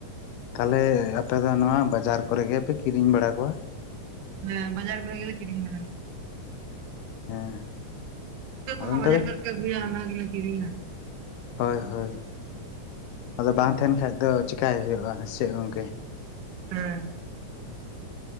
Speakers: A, on the left (about 85°); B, on the right (about 80°).
A: ᱛᱟᱦᱚᱞᱮ ᱟᱯᱮ ᱫᱚ ᱱᱚᱣᱟ ᱵᱟᱡᱟᱨ ᱠᱚᱨᱮ ᱜᱮᱯᱮ ᱠᱤᱨᱤᱧ ᱵᱟᱲᱟ ᱠᱚᱣᱟ
B: ᱦᱮᱸ ᱵᱟᱡᱟᱨ ᱠᱚᱨᱮ ᱜᱮᱞᱮ ᱠᱤᱨᱤᱧ ᱵᱟᱲᱟ
A: ᱦᱮᱸ
B: ᱯᱩᱴᱠᱟᱹ ᱠᱚᱦᱚ
A: ᱟᱫᱚ ᱱᱮᱛᱟᱨ
B: ᱵᱟᱡᱟᱨ
A: ᱫᱚ
B: ᱠᱚᱨᱮ ᱠᱚ ᱟᱜᱩᱭᱟ ᱚᱱᱟ ᱜᱮᱞᱤᱧ ᱠᱤᱨᱤᱧᱟ
A: ᱦᱳᱭ ᱦᱳᱭ ᱟᱫᱚ ᱵᱟᱝ ᱛᱟᱦᱮᱱ ᱠᱷᱟᱡ ᱫᱚ ᱪᱮᱠᱟᱭ ᱦᱩᱭᱩᱜᱼᱟ ᱥᱮ ᱜᱚᱢᱠᱮ
B: ᱦᱮᱸ